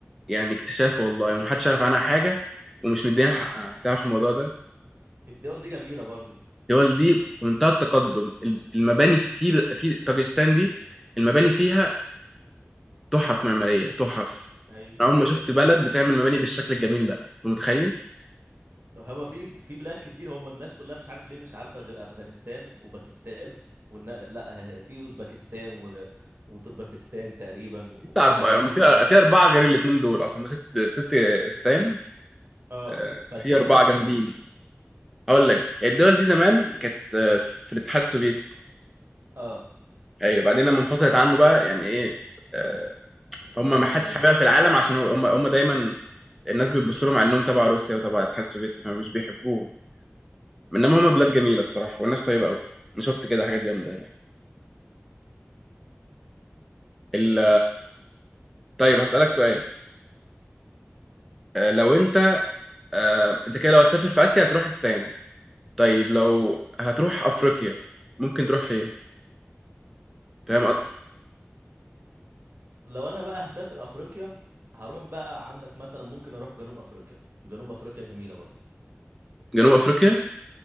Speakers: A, in the centre; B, on the right.
A: يعني اكتشاف والله ومحدش عارف عنها حاجه ومش مدينا
B: اه
A: حقها تعرف الموضوع ده
B: الدول دي جميله برضو
A: الدول دي في منتهى التقدم ال- المباني في في في طاجستان دي المباني فيها تحف معماريه تحف
B: ايوه
A: انا عمري ما شفت بلد بتعمل مباني بالشكل الجميل ده انت متخيل
B: هما في في بلاد كتير هو الناس كلها مش عارف ليه مش عارفه غير افغانستان وباكستان والنا... لا في اوزبكستان و... وتربكستان تقريبا والحاجات
A: انت اربعه يعني
B: دي
A: في
B: كلها
A: في اربعه غير الاثنين دول اصلا هما ست ست استان
B: اه
A: آه،
B: فالدول
A: في اربعه
B: دي حلوه
A: جامدين هقول لك الدول دي زمان كانت آه، في الاتحاد السوفيتي
B: اه
A: ايوه بعدين لما انفصلت عنه بقى يعني ايه آه هم
B: بقت
A: ما حدش
B: جميله
A: حاببها في العالم عشان هو- هم هم دايما الناس بتبص لهم على انهم تبع روسيا وتبع الاتحاد السوفيتي فمش بيحبوهم انما هم بلاد جميله الصراحه والناس طيبه قوي انا شفت كده حاجات جامده هناك ال- طيب هسالك سؤال آه لو انت آه انت كده لو هتسافر في اسيا هتروح استان طيب لو هتروح افريقيا ممكن تروح فين فاهم قصدي؟
B: لو انا بقى هسافر افريقيا هروح بقى عندك مثلا ممكن اروح جنوب افريقيا جنوب افريقيا جميلة برضو
A: جنوب افريقيا